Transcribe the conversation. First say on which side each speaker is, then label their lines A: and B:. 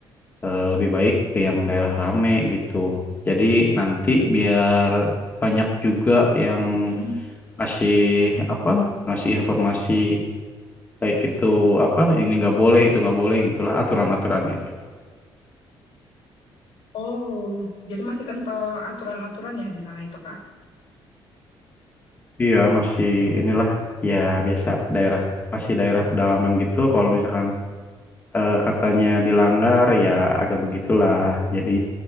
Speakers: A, on the left; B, on the left.
A: eh, lebih baik ke yang daerah rame gitu. Jadi nanti biar banyak juga yang
B: Hmm,
A: ngasih apa, ngasih informasi baik itu apa, ini nggak boleh, itu nggak boleh gitulah aturan-aturannya gitu.
B: oh, Jadi masih kental aturan-aturan ya di sana itu Kak.
A: Iya masih inilah ya biasa daerah masih daerah pedalaman gitu. Kalau misalkan eh, katanya dilanggar ya agak begitulah. Jadi